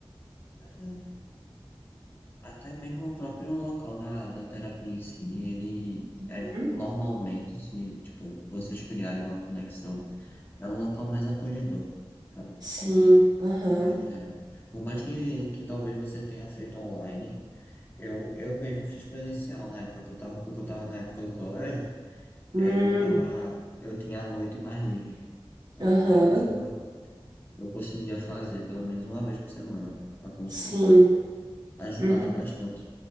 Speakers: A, on the left; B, on the right.
A: É Verdade. Até mesmo o próprio local da, da terapia em si, ele é,
B: Hum,
A: tipo, normalmente, se, tipo, vocês criarem uma conexão, é um local mais acolhedor, sabe? No
B: Sim, aham,
A: contexto geral. Por mais que, que talvez você tenha feito online, eu, eu mesmo fiz presencial na época que eu tava, porque eu tava na época do colégio, E
B: hum,
A: aí eu tava, eu tinha a noite mais livre. Aí Por
B: aham,
A: causa disso, eu, eu conseguia fazer pelo menos uma vez por semana a consulta.
B: sim,
A: Ajudava
B: uhum.
A: bastante.